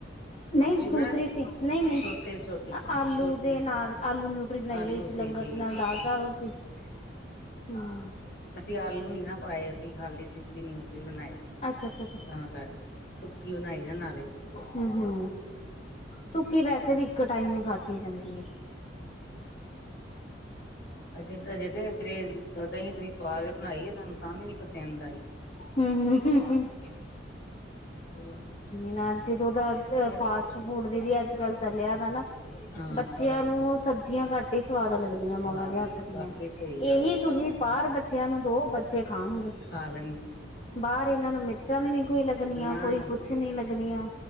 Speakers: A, on the left; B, on the left.
A: ਨਹੀਂ
B: ਚੂਰਾ
A: ਦੂਸਰੀ ਸੀ ਨਹੀਂ- ਨਹੀਂ
B: ਛੋਟੇ ਛੋਟੀ
A: ਆਲੂ
B: ਛੋਟੀ
A: ਦੇ ਨਾਲ ਆਲੂ ਨਿਊਟਰੀ। ਨਿਊਟਰੀ ਬਣਾਈ
B: ਆਲੂ
A: ਹੋਈ ਸੀ ਲੰਗਰ
B: ਠੀਕ
A: ਚ ਨਾਲ
B: ਹੈ
A: ਦਾਲ
B: ਹੂੰ
A: ਚਾਵਲ ਸੀ ਹੂੰ
B: ਅਸੀਂ ਆਲੂ ਨੀ ਨਾ ਪਾਏ ਅਸੀਂ ਖਾਲੀ ਸਿੱਧੀ ਨਿਊਟਰੀ ਬਨਾਈ ਸੀ
A: ਅੱਛਾ- ਅੱਛਾ।
B: ਤਾਂ ਕਰਕੇ ਸੁੱਕੀ ਬਨਾਈ ਨਾ ਨਾਲੇ।
A: ਹੂੰ-ਹੂੰ ਸੁੱਕੀ ਵੈਸੇ ਵੀ। ਇੱਕ ਟਾਈਮ ਈ ਖਾਧੀ ਜਾਂਦੀ ਏ।
B: ਹਜੇ-ਹਜੇ ਤੇ ਗਰੇਵ ਦਹੀਂ ਦੂਈ ਪਾ ਕੇ ਬਣਾਈ ਏ, ਇਹਨਾਂ ਨੂੰ ਤਾਂ ਵੀ ਨੀ। ਪਸੰਦ ਆਈ
A: ਹੂੰ
B: ਹੋਰ
A: ਨਾ ਜਦੋਂ ਤਾਂ
B: ਇਹ
A: ਫਾਸਟ ਫੂਡ ਦੀ ਵੀ ਅੱਜ-ਕੱਲ ਚਲਿਆ ਦੈ ਨਾ।
B: ਹਾਂ
A: ਬੱਚੇਆਂ
B: ਫਾਸਟ
A: ਨੂੰ
B: ਫੂਡ
A: ਸਬਜ਼ੀਆਂ ਘੱਟ ਈ ਸਵਾਦ ਲੱਗਦੀਆਂ ਮਾਵਾਂ
B: ਸਵਾਦ
A: ਦੇ
B: ਲੱਗ
A: ਹੱਥ
B: ਬਾਕੀ
A: ਦੀਆਂ।
B: ਸਹੀ ਗੱਲ
A: ਏਹੀ ਤੁਸੀਂ ਬਾਰ ਬੱਚੇਆਂ ਨੂੰ ਦੋ ਬੱਚੇ ਖਾਣਗੇ।
B: ਖਾ ਲੈਣਗੇ
A: ਬਾਰ ਇੱਨਾਂ ਨੂੰ ਮਿਰਚਾਂ ਵੀ ਨੀ ਕੋਈ ਲੱਗਣੀਆਂ
B: ਨਾ
A: ਕੋਈ
B: ਨਾ
A: ਕੁਛ ਨੀ ਲੱਗਣੀਆਂ,